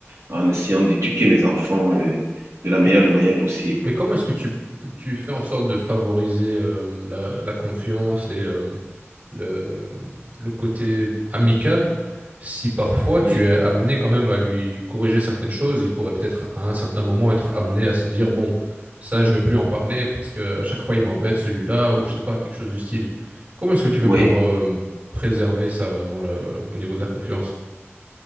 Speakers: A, on the right; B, on the right.
A: en essayant d'éduquer mes enfants euh, de la meilleure
B: Ok,
A: des manières possibles.
B: Mais comment est-ce que tu, tu fais en sorte de favoriser euh, la, la confiance et euh, le, le côté amical si parfois
A: Oui.
B: tu es amené quand même à lui corriger certaines choses, il pourrait peut-être à un certain moment être amené à se dire, bon, ça je vais plus en parler parce que à chaque fois il m'embête celui-là ou je sais pas, quelque chose du style. Comment est-ce que tu fais
A: Oui.
B: pour euh, préserver ça vraiment là, au niveau de la confiance?